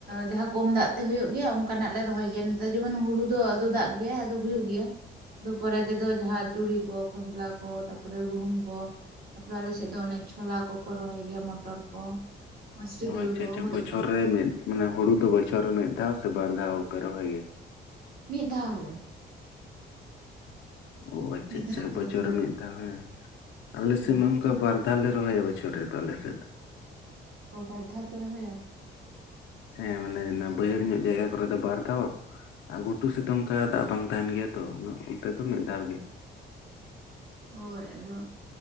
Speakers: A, on the right; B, on the left.
A: ᱡᱟᱦᱟᱸ ᱠᱚᱢ ᱫᱟᱜ ᱛᱮ ᱦᱩᱭᱩᱜ ᱜᱮᱭᱟ ᱚᱱᱠᱟᱱᱟᱜ ᱞᱮ ᱨᱚᱦᱚᱭ ᱜᱮᱭᱟ ᱱᱤᱛᱚᱼᱼ ᱡᱮᱢᱚᱱ ᱦᱩᱲᱩ ᱫᱚ ᱟᱫᱚ ᱫᱟᱜ ᱜᱮᱭᱟ ᱟᱫᱚ ᱦᱩᱭᱩᱜ ᱜᱮᱭᱟ᱾ ᱟᱫᱚ ᱯᱚᱨᱮ ᱛᱮᱫᱚ ᱡᱟᱦᱟᱸ ᱛᱩᱲᱤ ᱠᱚ ᱠᱷᱚᱥᱞᱟ ᱠᱚ ᱛᱟᱯᱚᱨᱮᱼᱼ ᱛᱟᱯᱚᱨᱮ ᱜᱩᱦᱩᱢ ᱠᱚ ᱛᱟᱯᱚᱨᱮ ᱟᱞᱮᱥᱮᱫ ᱫᱚ ᱚᱱᱮᱠᱼᱼ ᱪᱷᱚᱞᱟ ᱠᱚᱠᱚ ᱨᱚᱦᱚᱭ ᱜᱮᱭᱟ ᱢᱚᱴᱚᱨ ᱠᱚ ᱢᱟᱥᱨᱤ ᱫᱟ.
B: ᱟᱪᱪᱷᱟ
A: ᱞ ᱠᱚ
B: ᱟᱪᱪᱷᱟ
A: ᱦᱚᱨᱮᱫ
B: ᱵᱚᱪᱷᱚᱨ ᱨᱮ
A: ᱠᱚᱼᱼ
B: ᱢᱤᱫ ᱢᱟᱱᱮ ᱦᱩᱲᱩ ᱫᱚ ᱵᱚᱪᱷᱚᱨ ᱨᱮ ᱢᱤᱫ ᱫᱷᱟᱣ ᱥᱮ ᱵᱟᱨ ᱫᱷᱟᱣ ᱯᱮ ᱨᱚᱦᱚᱭ ᱜᱮᱭᱟ?
A: ᱢᱤᱫ ᱫᱷᱟᱣ ᱜᱮ᱾
B: ᱚ ᱟᱪᱪᱷᱟ
A: ᱢᱤᱫ
B: ᱟᱪᱪᱷᱟ
A: ᱫᱷᱟᱣ ᱜᱮᱞᱮ
B: ᱵᱚᱪᱷᱚᱨ
A: ᱨᱚᱦᱚᱭᱟ
B: ᱨᱮ ᱢᱤᱫ ᱫᱷᱟᱣ ᱦᱮᱸ ᱟᱞᱮᱥᱮᱫ
A: ᱦᱩᱸ
B: ᱢᱟ ᱚᱱᱠᱟ ᱵᱟᱨ ᱫᱷᱟᱼᱼ ᱵᱟᱞᱮ ᱨᱚᱦᱭᱟ ᱵᱚᱪᱷᱚᱨ ᱨᱮᱫᱚ ᱟᱞᱮ ᱥᱮᱫ ᱫᱚᱼᱼ
A: ᱵᱟᱨ ᱫᱷᱟᱳ ᱯᱮ ᱨᱚᱦᱚᱭᱟ᱾
B: ᱦᱮᱸ ᱢᱟᱱᱮ ᱵᱟᱹᱭᱦᱟᱹᱲ ᱧᱚᱜ ᱡᱟᱭᱜᱟ ᱠᱚᱨᱮ ᱫᱚ ᱵᱟᱨ ᱫᱷᱟᱣ᱾ ᱟᱨ ᱜᱷᱩᱴᱩ ᱥᱮᱫ ᱫᱚ ᱚᱱᱠᱟ ᱫᱟᱜ ᱵᱟᱝ ᱛᱟᱦᱮᱱ ᱜᱮᱭᱟ ᱛᱚ ᱚᱱᱛᱮ ᱫᱚ ᱢᱤᱫ ᱫᱷᱟᱣ ᱜᱮ᱾
A: ᱦᱳᱭ ᱟᱫᱚᱼᱼ